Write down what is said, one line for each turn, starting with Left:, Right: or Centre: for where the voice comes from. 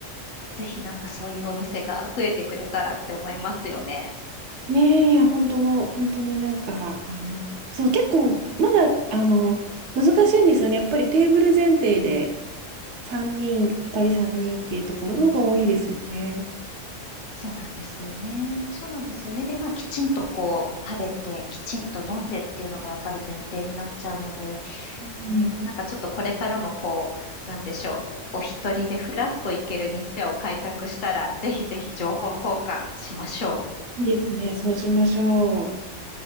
Left: ぜひなんかそういうお店が増えてくれたらって思いますよね。
Right: ねえ、いや、本当、本当になんか、あの、そう、結構、まだ、あの、難しいんですよね。やっぱりテーブル前提で3人、2人3人っていうところの方が多いですよね。
Left: そうなんですよね。そうなんですよね。で、まあ、きちんとこう、食べて、きちんと飲んでっていうのがやっぱり前提になっちゃうので、
Right: うん、
Left: ね、なんかちょっとこれからもこう、なんでしょう。お一人でふらっと行ける店を開拓したら、ぜひぜひ情報交換しましょう。
Right: いいですね。そうしましょう。